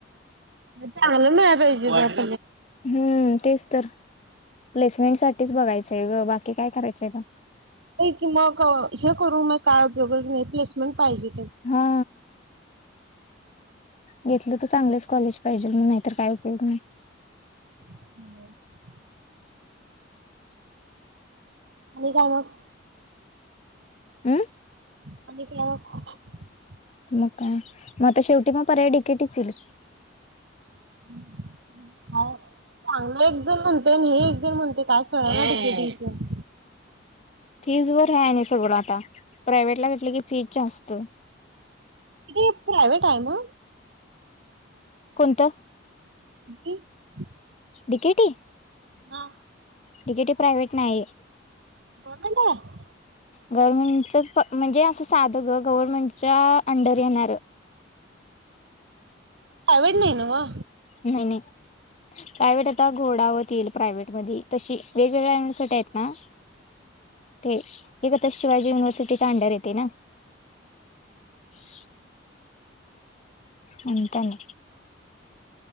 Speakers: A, on the right (about 60°); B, on the left (about 35°).
A: चांगल मिळालं भेजले
B: हम्म तेच तर प्लेसमेंट साठीच बघायचंय ग बाकी काय करायचंय का
A: की मग हे करून मग काय बघ नाही प्लेसमेंट पाहिजे
B: हा घेतलं तर चांगलंच कॉलेज पाहिजेल मग नाहीतर काय उपयोग नाही
A: <unintelligible> आणि का मग.
B: हम्म.
A: <unintelligible>
B: मग का म आता शेवटी पण पर्याय डि के टी च ईल.
A: <unintelligible> हाव. चांगलं एकजण म्हणते नेईन हे एकजण म्हणते काय कळणा
B: फीज वर आहे नाही सगळं आता प्रायव्हेट ला घेतलं की फीज जास्त.
A: ही प्रायवेट आहे म.
B: कोणत?
A: <unintelligible>
B: डि के टी.
A: हा.
B: तिकेट प्रायव्ट नाही
A: गव्हर्मेंट आहे
B: गवर्मेंट चच म्हणजे असं साध ग गव्हर्मेंटच्या अंडर येणार.
A: प्रायव्हेट नाही ना व.
B: नाही नाही प्रायव्हेट आता घोडावरतीईल प्रायव्हेट मधी तशी वेगवेगळ्यासाठी आहेत ना ते शिवाजी युनिव्हर्सिटीचा अंडर येते ना. ह <unintelligible> आन <unintelligible>